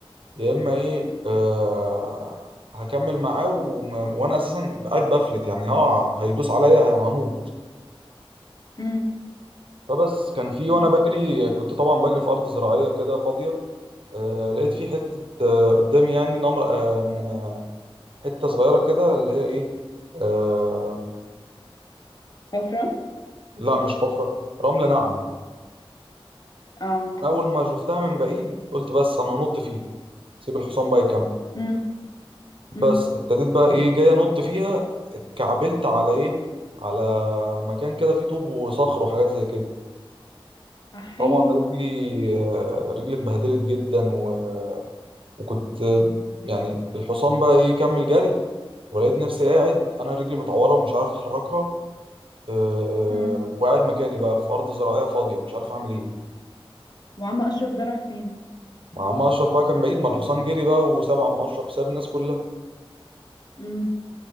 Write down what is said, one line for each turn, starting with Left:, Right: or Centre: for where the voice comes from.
Right: يا اما ايه آه هكمل معاه وما وانا اساسا قاعد بفلت يعني هقع هيدوس عليا هي- هموت
Left: أم،
Right: فبس كان في وانا
Left: أم.
Right: بجري كنت طبعا بجري في ارض زراعيه كده فاضيه آه لقيت في حته آه قدامي يعني نمر آه حته صغيره كده اللي هي ايه آه
Left: حفرة
Right: لا مش حفره رمله ناعمه
Left: اه
Right: أنا اول ما شفتها من بعيد قلت بس انا هنط فيها سيب الحصان بقى يكمل
Left: أم،
Right: بس
Left: أم.
Right: ابتديت بقى ايه جاي انط فيها اتكعبلت على ايه على مكان كده فيه طوب وصخر وحاجات زي كده
Left: احيي
Right: طبعا رجلي آه، رجلي اتبهدلت جدا و... وكنت آه، يعني الحصان بقى ايه كمل جري ولقيت نفسي قاعد انا رجلي متعوره ومش عارف احركها أه...
Left: أم.
Right: وقاعد مكاني بقى في ارض زراعيه فاضيه مش عارف اعمل ايه
Left: وعم اشرف ده راح فين
Right: مع عم اشرف بقى كان بعيد ما الحصان جري بقى وساب عم اشرف ساب الناس كلها
Left: أم،